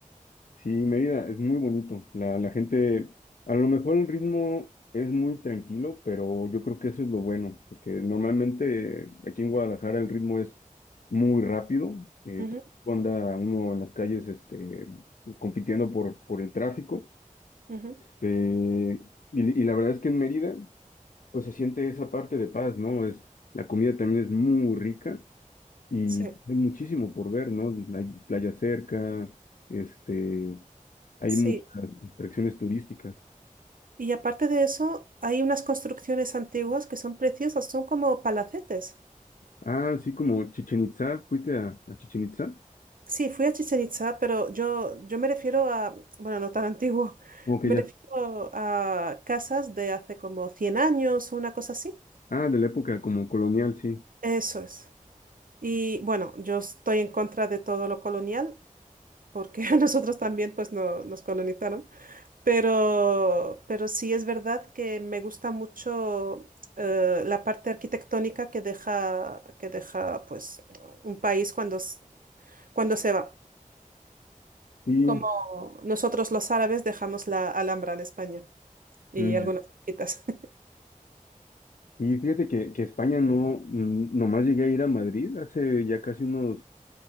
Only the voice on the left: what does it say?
Sí, Mérida es muy bonito. La, la gente, a lo mejor el ritmo es muy tranquilo, pero yo creo que eso es lo bueno, porque normalmente eh, aquí en Guadalajara el ritmo es muy rápido. eh,
anda uno en las calles este, compitiendo por, por el tráfico.
eh, y, y la verdad es que en Mérida, pues se siente esa parte de paz, ¿no? Es, la comida también es muy rica. Y
hay muchísimo por ver, ¿no? Hay playa cerca, este, hay
muchas atracciones turísticas.
Ah, sí, como Chichen Itzá, ¿fuiste a, a Chichen Itzá?
Como que
ya.
Ah, de la época como colonial, sí.
Y,
mm,
y fíjate que, que España no, mm, nomás llegué a ir a Madrid hace ya casi unos,